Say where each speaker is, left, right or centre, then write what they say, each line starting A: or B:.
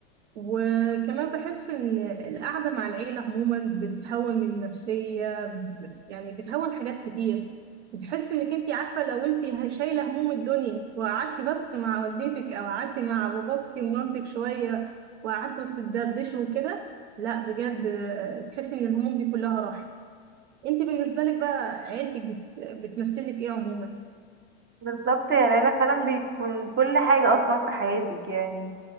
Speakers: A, on the right (about 75°); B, on the right (about 30°).
A: وكمان بحس إن القعدة مع العيلة عموما بتهون من النفسية ب- يعني بتهون حاجات كتير بتحس إنك أنت عارفة لو أنت شايلة هموم الدنيا وقعدتي بس مع والدتك أو قعدتي مع باباكي ومامتك شوية وقعدتوا تدردشوا وكده لا بجد آه، تحس إن الهموم دي كلها راحت أنت بالنسبة لك بقى عيلتك بت- بتمثلك إيه عموما؟
B: بالظبط يا ليلى فعلا بتكون كل حاجة اصلا في حياتك يعني